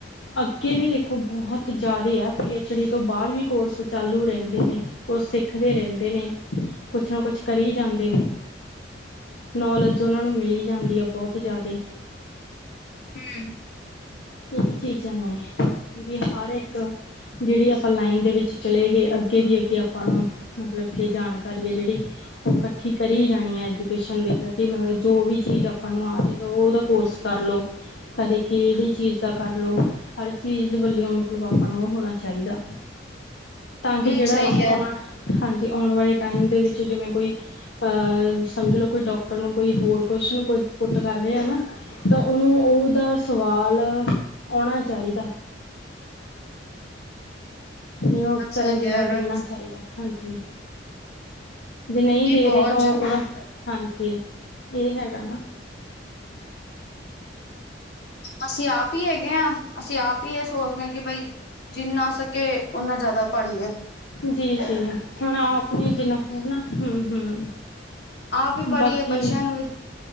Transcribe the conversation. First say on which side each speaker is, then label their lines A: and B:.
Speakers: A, on the left (about 80°); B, on the left (about 60°).
A: ਅੱਗੇ ਵੀ ਦੇ ਬਹੁਤ ਜ਼ਾਦੇ ਆ, ਪੀ ਐਚ ਡੀ ਤੋਂ ਬਾਅਦ ਵੀ ਕੋਰਸ ਚਾਲੂ ਰਹਿੰਦੇ ਨੇ, ਕੁ ਸਿੱਖ ਸਿੱਖਦੇ ਰਹਿੰਦੇ ਨੇ, ਕੁਛ ਨਾ ਕੁਛ ਕਰੀ ਜਾਂਦੇ ਨੇ ਨੌਲੇਜ ਉਹਨਾਂ ਨੂੰ ਮਿਲੀ ਜਾਂਦੀ ਏ, ਬਹੁਤ ਜ਼ਿਆਦੇ
B: ਹੂੰ।
A: ਇਹੀ ਚੀਜ਼ਾਂ ਨੇ, ਵੀ ਹਰ ਇੱਕ ਜਿਹੜੀ ਆਪਾਂ ਲਾਈਨ ਦੇ ਵਿੱਚ ਚਲੇ ਗਏ, ਅੱਗੇ ਦੀ ਅੱਗੇ ਆਪਾਂ ਨੂੰ ਮਤਲਬ ਕਿ ਜਾਣਕਾਰੀ ਏ ਜਿਹੜੀ ਉਹ ਕੱਠੀ ਕਰੀ ਜਾਣੀ ਐ, ਐਜੂਕੇਸ਼ਨ ਦੇ ਪ੍ਰਤੀ ਮਤਲਬ ਜੋ ਵੀ ਚੀਜ਼ ਆਪਾਂ ਨੂੰ ਆ ਗੀ ਤੇ ਓ ਉਹਦਾ ਕੋਰਸ ਕਰ ਲੋ, ਕਦੇ ਕਿਹੜੀ ਚੀਜ਼ ਦਾ ਕਰ ਲੋ, ਹਰ ਚੀਜ਼ ਦੇ ਵੱਲਿਓ ਮਤਲਬ ਆਪਾਂ ਨੂੰ ਉਹ ਹੋਣਾ ਚਾਈਦਾ ਤਾਂ ਕਿ
B: ਹਮ
A: ਜਿਹੜਾ
B: ਸਹੀ
A: ਅ
B: ਕਹਿ
A: ਹਾਂਜੀ ਆਓਣ ਵਾਲੇ ਟਾਈਮ ਦੇ ਵਿੱਚ ਜਿਵੇਂ ਕੋਈ ਅ ਸਮਝ ਲਓ ਕੋਈ ਡਾਕਟਰ ਨੂੰ ਕੋਈ ਹੋਰ ਕੁਸ਼ਣ ਪੁੱਟ ਕਰ ਰਿਹਾ ਨਾ ਤਾਂ ਓਹਨੂੰ ਓਹਦਾ ਸਵਾਲ ਆਉਣਾ ਚਾਹੀਦਾ। ਜਿਵੇਂ ਉੱਤਰ
B: ਸਹੀ
A: ਐ, ਜਿਹੜਾ
B: ਕਹਿ ਰਹੇ
A: ਦੇਣਾ
B: ਹੋ ਤੁਸੀਂ
A: ਚਾਹੀਦਾ ਹਾਂਜੀ। ਜੇ ਨਹੀਂ ਦੇ
B: ਬਹੁਤ
A: ਰਹੇ ਤਾਂ ਓਹਦਾ
B: ਜ਼ਰੂਰ
A: ਹਾਂਜੀ ਇਹ ਹੈਗਾ ਨਾ।
B: ਅਸੀਂ ਆਪ ਹੀ ਹੈਗੇ ਆ। ਅਸੀਂ ਆਪ ਹੀ ਇਹ ਸੋਚਦੇ ਹਾਂ ਕਿ ਬਈ ਜਿੰਨਾ ਹੋ ਸਕੇ ਓਨਾ ਜ਼ਿਆਦਾ ਪੜੀਏ।
A: ਜੀ- ਜੀ ਹੁਣ ਆਪਣੇ ਜਿੰਨਾ ਹੋਆ ਨਾ ਹਮ- ਹਮ
B: ਆਪ ਵੀ ਪੜ੍ਹੀਏ
A: ਬਾਕੀ,
B: ਬੱਚਿਆਂ ਨੂੰ ਵੀ